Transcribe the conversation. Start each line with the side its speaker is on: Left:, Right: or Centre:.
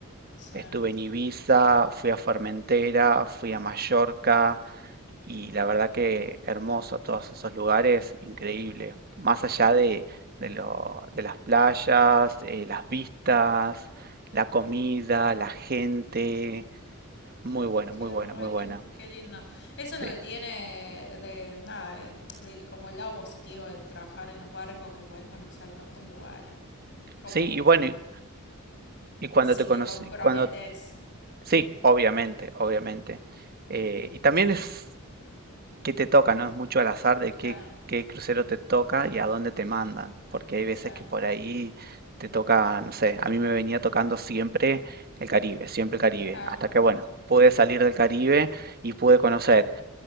Left: Sí.
Right: estuve en Ibiza, fui a Formentera, fui a Mallorca, Y la verdad que hermoso todos esos lugares, increíble. Más allá de, de lo- de las playas, eh, las vistas, la comida, la gente. Muy bueno,
Left: Qué,
Right: muy bueno,
Left: ay,
Right: muy
Left: qué,
Right: bueno.
Left: qué lindo. Eso
Right: Sí.
Left: es lo que tiene de nada, de- del- como el lado positivo de trabajar en los barcos, que podés conocer tantos lugares. Como
Right: Sí,
Left: que
Right: y bueno, y, y cuando
Left: si
Right: te conocí,
Left: te comprometes.
Right: cuando... Sí, obviamente, obviamente. Eh, y también es qué te toca, no es mucho al azar de qué,
Left: Claro,
Right: qué crucero te toca y a dónde te mandan, porque hay veces
Left: sí,
Right: que por ahí te toca, no sé, a mí me venía tocando siempre el Caribe, siempre el Caribe,
Left: claro.
Right: hasta que bueno, pude salir del Caribe y pude conocer